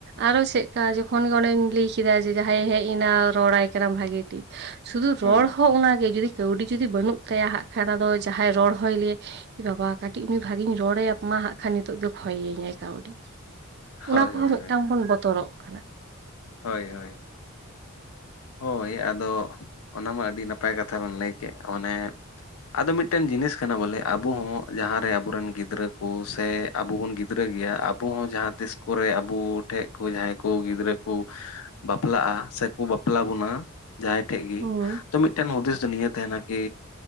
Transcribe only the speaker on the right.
ᱟᱨᱚ ᱪᱮᱫ ᱞᱮᱠᱟ ᱡᱚᱠᱷᱚᱱ ᱜᱮ ᱚᱸᱰᱮᱧ ᱞᱟᱹᱭ ᱠᱮᱫᱟ ᱡᱮ ᱡᱟᱦᱟᱸᱭᱮ ᱦᱮᱡ ᱮᱱᱟ ᱨᱚᱲᱟᱭ ᱠᱟᱱᱟ ᱵᱷᱟᱹᱜᱤ ᱴᱷᱤᱠ ᱥᱩᱫᱷᱩ ᱨᱚᱲ
ᱦᱚᱸ ᱚᱱᱟ ᱜᱮ ᱡᱩᱫᱤ ᱠᱟᱹᱣᱰᱤ ᱡᱩᱫᱤ ᱵᱟᱹᱱᱩᱜ ᱛᱟᱭᱟ ᱦᱟᱸᱜ ᱠᱷᱟᱱ ᱟᱫᱚ ᱡᱟᱦᱟᱸᱭ ᱨᱚᱲ ᱦᱚᱭ ᱞᱟᱹᱭ ᱵᱟᱵᱟ ᱠᱟᱹᱴᱤᱡ ᱱᱩᱭ ᱵᱷᱟᱜᱤᱧ ᱨᱚᱲ ᱟᱭᱟ ᱢᱟ ᱦᱜ ᱠᱷᱟᱱ ᱱᱤᱛᱚᱜ ᱫᱚ ᱠᱷᱚᱭ ᱤᱧᱟᱭ ᱠᱟᱹᱣᱰᱤ
ᱚᱱᱟ ᱠᱚᱦᱚᱸ
ᱢᱤᱫᱴᱟᱝ
ᱵᱚᱱ ᱵᱚᱛᱚᱨᱚᱜ ᱠᱟᱱᱟ
ᱦᱩᱸ